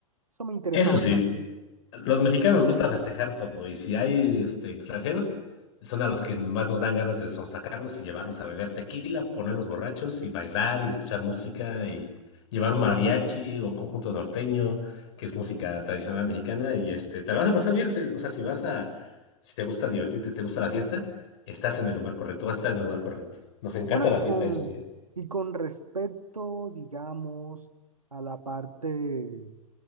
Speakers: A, on the right (about 85°); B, on the left (about 55°).
A: Eso me interesa
B: Eso
A: bastante.
B: sí, los mexicanos nos gusta festejar todo y si hay este, extranjeros, son a los que más nos dan ganas de sonsacarlos y llevarlos a beber tequila, ponernos borrachos y bailar y escuchar música y llevar un mariachi o un conjunto norteño, que es música tradicional mexicana y este, te la vas a pasar bien, se- o sea, si vas a, si te gusta divertirte, si te gusta la fiesta, estás en el lugar correcto, vas a estar en el lugar correcto. Nos encanta
A: Bueno,
B: la
A: y
B: fiesta,
A: con,
B: eso sí. ¿eh?
A: y con respecto, digamos, a la parte,